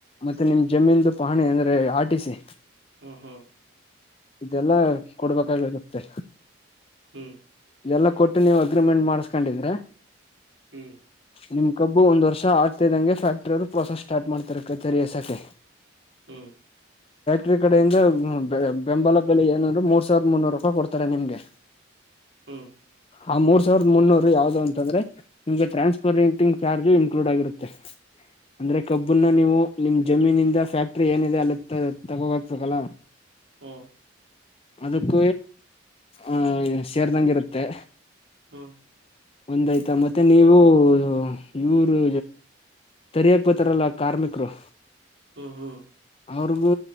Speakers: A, on the left (about 30°); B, on the right (about 65°).
A: ಮತ್ತೆ ನಿಮ್ ಜಮೀನ್ ಪಹಾಣಿ ಅಂದ್ರೆ ಆರ್ ಟಿ ಸಿ
B: ಹ್ಮ್ ಹ್ಮ್
A: ಇದೆಲ್ಲಾ ಕೊಡ್ಬೇಕಾಗಿರುತ್ತೆ
B: ಹ್ಮ್
A: ಎಲ್ಲಾ ಕೊಟ್ಟು ನೀವು ಅಗ್ರಿಮೆಂಟ್ ಮಾಡಸ್ಕೊಂಡಿದ್ರೆ
B: ಹ್ಮ್
A: ನಿಮ್ ಕಬ್ಬು ಒಂದ್ ವರ್ಷ ಆಗ್ತಿದಂ ಫ್ಯಾಕ್ಟ್ರಿ ಅವರು ಪ್ರೊಸೆಸ್ ಸ್ಟಾರ್ಟ್ ಮಾಡ್ತರ ಕೈತರಿ ಎಸಕೆ
B: ಹ್ಮ್
A: ರಿ ಕಡೆಯಿಂದ ಬೆಂಬಲ ಬೆಲೆ ಏನಂದ್ರರು ಮೂರ್ ಸಾವಿರದ ಮುನ್ನೂರು ರೂಪಾಯಿ ಕೊಡ್ತಾರೆ ನಿಮ್ಗೆ
B: ಹ್ಮ್
A: ಆ ಮೂರ್ ಸಾವಿರದ ಮುನ್ನೂರು ಯಾವ್ದದು ಅಂತ ಅಂದ್ರೆ ನಿಮ್ಗೆ ಟ್ರಾನ್ಪರಂಟಿಂಗ್ ಚಾರ್ಜು ಇನ್ಕ್ಲೂಡ್ ಆಗಿರುತ್ತೆ
B: <inaudible>
A: ಅಂದ್ರೆ ಕಬ್ಬುನ್ನ ನೀವು ನಿಮ್ ಜಮೀನಿಂದ ಫ್ಯಾಕ್ಟ್ರಿ ಏನಿದೆ ಅಲ್ಲಿ ತಗೋ ಹಕ್ಬೇಕಲ್ಲ
B: ಹಾಂ
A: ಅದಕ್ಕ ಆಹ ಸೇರ್ದಂಗ ಇರುತ್ತೆ
B: ಹ್ಮ
A: ಒಂದಾಯ್ತಾ ಮತ್ತೆ ನೀವು ಇವರು ಸರಿಯಾಕ್ ಬತಾರಲ್ಲ ಕಾರ್ಮಿಕರು
B: ಹ್ಮ್ ಹ್ಮ್
A: ಅವ್ರಗೂ